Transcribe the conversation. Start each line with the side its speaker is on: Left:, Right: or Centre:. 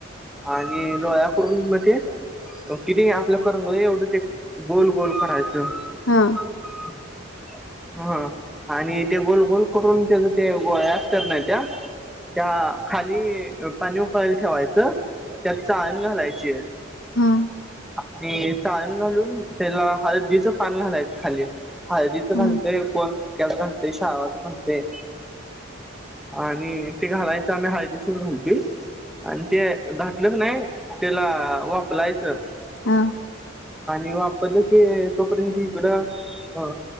Centre: आणि लोळ्या करून ते, ते किने आपल्या करंगळी एवढं ते गोल गोल करायचं.
Left: हा.
Centre: <inaudible> हा आणि ते गोल गोल करून तेझ ते गोळ्या असतात नाही त्या? त्या खाली पाणी उकळायला ठेवायचं त्यात चाळण घालायची
Left: हा.
Centre: आणि चाळण घालून त्याला हळदीचं पान घालायच खाली. हळदीच घालते
Left: हा
Centre: कोण मक्याचं घालतं कोण शाळावाच घालतं. आणि ते घालायचं आम्ही हळदीचचं घालतोय. आणि ते घातलं की नाही त्याला वापलायचं.
Left: हा.
Centre: आणि वापरलं की तोपर्यंत इकडं अ